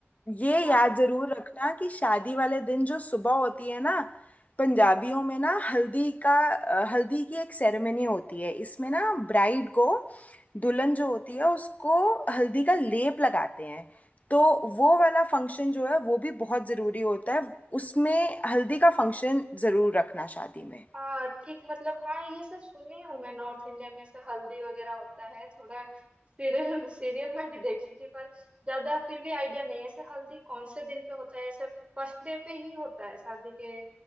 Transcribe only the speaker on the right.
हाँ
हाँ ठीक मतलब हाँ ये सब सुनी हूँ मैं नॉर्थ इंडिया में ऐसे हल्दी वगैरह होता है थोड़ा सीरियल <laughs> सीरियल में भी देखी थी पर ज्यादा फिर भी आइडिया नहीं है ऐसे हल्दी कौन से दिन पे होता है ऐसे फर्स्ट डे पे ही होता है शादी के